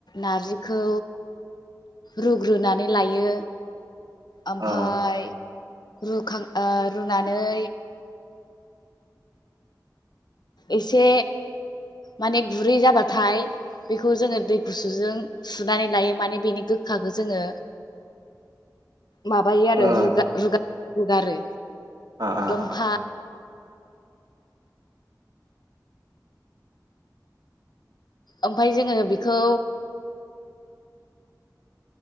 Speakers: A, on the left; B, on the right.
A: नारजिखौ रुग्रोनानै लायो ओमफाय
B: ओ
A: रुखां ओ रुनानै एसे माने गुरै जाबाथाय बेखौ जोङो दै गुसुजों सुनानै लायो माने बेनि गोखाखो जोङो माबायो आरो
B: आ
A: रुगा-रुगा-रुगारो
B: आ आ
A: लंफा ओमफाय जोङो बेखौ